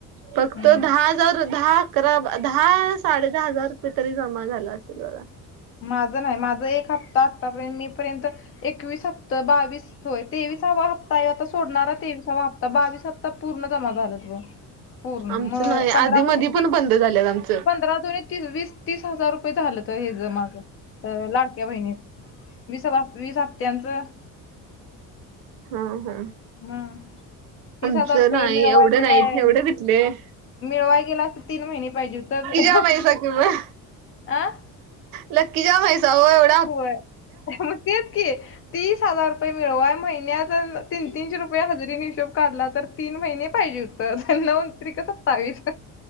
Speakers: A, on the right (about 80°); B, on the left (about 40°).
A: फक्त
B: हम्म
A: दहा हजार, दहा अकरा, दहा साडे दहा हजार रुपये तरी जमा झाल अस तील बघा.
B: माझं नाही, माझं एक हप्ता आतापर्यंत मे पर्यंत एकवीस हप्त बावीस होय तेवीसावा हप्ता हाय, आता सोडणारा तेवीसावा हप्ता बावीस हप्ता पूर्ण जमा झालंत. पूर्ण
A: आमचं
B: म
A: नाही
B: पंधरा
A: आधी मधी
B: दोणे
A: पण
B: तीस
A: बंद झाल्यात आमचं
B: पंधरा दोणे तीस, वीस तीस हजार रुपये झालंत हेज माझं लाडक्या बहिणीचं. वीस <unintelligible> वीस हप्त्यांचं
A: हा हा,
B: मग तीस
A: आमचं
B: हजार रुपये
A: नाही.
B: मिळवाय
A: एवढं
B: गेलाय
A: नाही, एवढं कुठलं?
B: मिळवाय गेलं असतं तीन महिने पाहिजे हुतं.
A: जाम हायसा की मग.
B: अं
A: लक्की जाम हायसा होय होय.
B: होय, मग ते की. तीस हजार रुपये मिळवाय महिन्यात तून तीन तीनशे रुपये हजेरीने हिशोब काढला, तर तीन महिने पाहिजे हुते. तर नऊ त्रिक सत्तावीस.